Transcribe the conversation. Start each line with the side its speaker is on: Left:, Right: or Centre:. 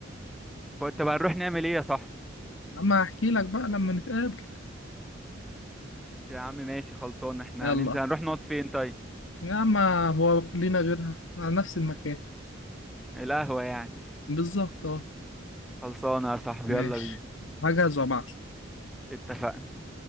Centre: طب هنروح نعمل ايه يا صاحبي
Left: اما احكي لك بقى لما نتقابل
Centre: يا عم ماشي خلصان احنا
Left: يلا
Centre: هننزل هنروح نقعد فين طيب
Left: يا اما هو لينا غيرها على نفس المكان
Centre: القهوة يعني
Left: بالظبط اه
Centre: خلصانة يا صاحبي
Left: ماشي
Centre: يلا بينا
Left: هجهز وابعت
Centre: اتفقنا